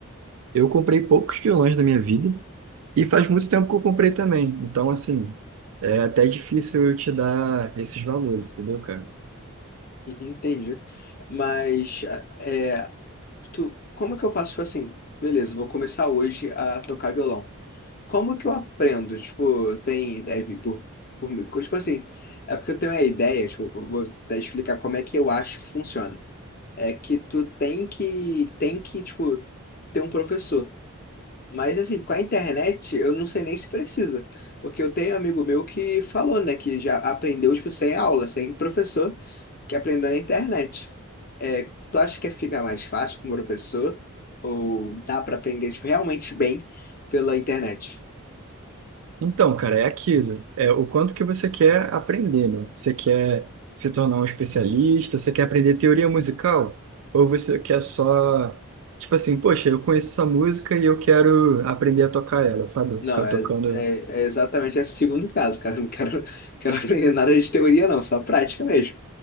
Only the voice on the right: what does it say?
Eu comprei poucos violões na minha vida e faz muito tempo que eu comprei também. Então, assim, é até difícil eu te dar esses valores, entendeu, cara?
Então, cara, é aquilo. É o quanto que você quer aprender, né? Você quer se tornar um especialista, você quer aprender teoria musical, ou você quer só, tipo assim, poxa, eu conheço essa música e eu quero aprender a tocar ela, sabe?
Ficar
tocando